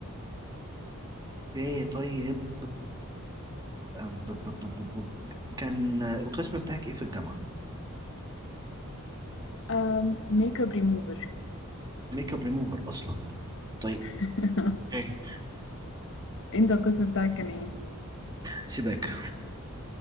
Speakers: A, on the right; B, on the left.
A: اوكي طيب آه، ب- ب- ب- ب- ب- كان آه، القسم بتاعك ايه في الجامعة؟
B: آم... ميك اب ريموفر
A: ميك اب ريموفر اصلا طيب
B: <laughs>
A: اوكي
B: انت القسم بتاعك كان ايه
A: سيبك